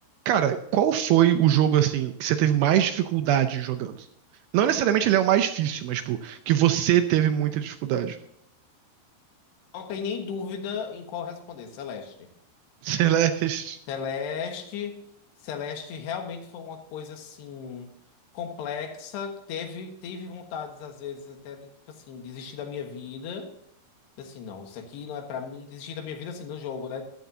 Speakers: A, on the right (about 80°); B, on the left (about 75°).
A: Cara, qual foi o jogo assim que você teve mais dificuldade jogando? Não necessariamente ele é o mais difícil, mas tipo, que você teve muita dificuldade.
B: Não tem nem dúvida em qual responder, Celeste.
A: <laughs> Celeste.
B: Celeste, Celeste realmente foi uma coisa assim complexa. Teve, teve vontades às vezes até de tipo assim desistir da minha vida. Tipo Assim, não, isso aqui não é pra mim. Desistir da minha vida assim no jogo, né?